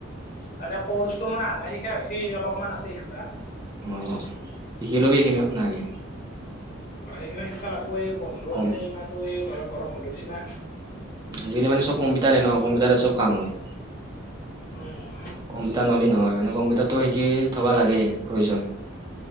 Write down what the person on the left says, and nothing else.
মানে, ক'ৰ্চটো, মই আধা শিকা হৈছি, অলপমান আছে শিকোৱা।
<unintelligible> সেইখিনি শিকাবা লাগবো। এই বন্ধু
আছে, এমাহটো, এই গৰম বন্ধু দিছি না।
উম